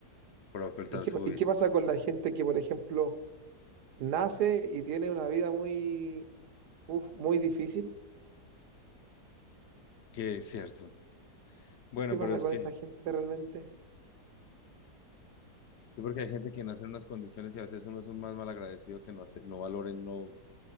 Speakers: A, on the left; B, on the right.
A: para ocultar
B: ¿Y qué,
A: su
B: y
A: vida,
B: qué pasa con la gente que, por ejemplo, nace y tiene una vida muy, uf, muy difícil?
A: que es cierto. Bueno,
B: ¿Qué pasa
A: pero es
B: con
A: que,
B: esa gente realmente?
A: sí, porque hay gente que nace en unas condiciones y a veces uno es un más malagradecido que no, ace- no valora, y no,